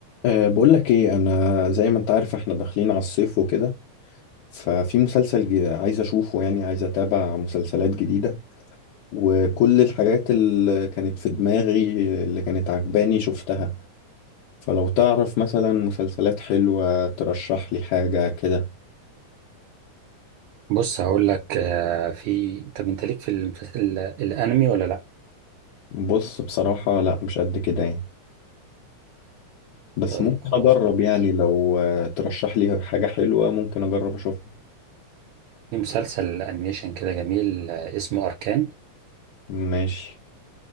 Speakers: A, on the left (about 70°); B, on the right (about 75°).
A: أه بقول لك ايه انا زي ما انت عارف احنا داخلين على الصيف وكده ففي مسلسل جي- عايز اشوفه يعني عايز اتابع مسلسلات جديدة وكل الحاجات اللي كانت في دماغي اللي كانت عجباني شفتها فلو تعرف مثلا مسلسلات حلوة ترشح لي حاجة كده
B: بص هقول لك آه، في طب انت ليك في المسلسل ال- الانمي ولا لا
A: بص بصراحة لا مش قد كده يعني بس
B: طيب
A: ممكن
B: خلاص
A: اجرب
B: بلاش
A: يعني لو آه، ترشح لي حاجة حلوة ممكن اجرب اشوفها
B: في مسلسل انيميشن كده جميل آه، اسمه اركان
A: ماشي